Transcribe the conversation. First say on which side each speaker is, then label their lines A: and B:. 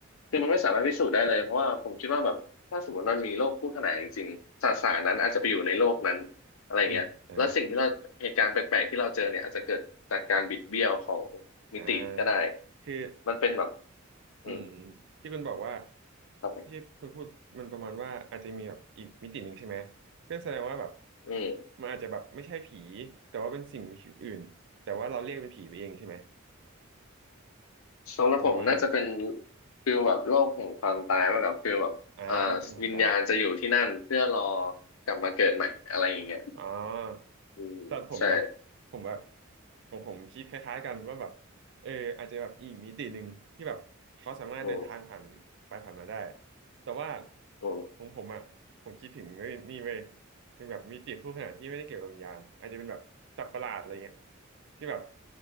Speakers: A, on the left; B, on the right.
A: คือมันไม่สามารถพิสูจน์ได้เลยเพราะว่าผมคิดว่าแบบถ้าสมมติมันมีโลกคู่ขนานจริงๆสสารนั้นอาจจะไปอยู่ในโลกนั้นอะไรอย่างเงี้ยแล้วสิ่งที่เราเหตุการณ์แปลกๆที่เราเจอเนี่ยอาจจะเกิดจากการบิดเบี้ยวของ
B: อืมอ่าอ่าคือ
A: มิติก็ได้มันเป็นแบบ
B: อืม
A: อืม
B: ที่คุณบอกว่า
A: ครับผม
B: ที่คุณพูดมันประมาณว่าอาจจะมีแบบอีกมิติหนึ่งใช่ไหมเพื่อแสดงว่าแบบ
A: อืม
B: มันอาจจะแบบไม่ใช่ผีแต่ว่าเป็นสิ่งมีชีวิตอื่นแต่ว่าเราเรียกเป็นผีไปเองใช่ไหม
A: สำหรับผมน่าจะเป็น
B: หรือว่าไง
A: ฟิลแบบโลกแห่งความตายมากกว่าฟิลแบบเอ่อวิญญาณจะอยู่ที่นั่นเพื่อรอ
B: อ่าคือความตาย
A: กลับมาเกิดใหม่อะไรอย่างเงี้ย
B: อ๋อ
A: อืมใช่
B: สำหรับผมนะผมแบบผมผมคิดคล้ายๆกันว่าแบบเอออาจจะแบบอีกมิติหนึ่งที่แบบเขาสามารถเดินทางผ่านไปผ่านมาได้
A: โอ้
B: แต่ว่า
A: โอ้
B: ผมผมอ่ะผมคิดถึงเอ้ยนี่เว้ยเป็นแบบมิติคู่ขนานที่ไม่ได้เกี่ยวกับวิญญาณอาจจะเป็นแบบสัตว์ประหลาดอะไรเงี้ยที่แบบ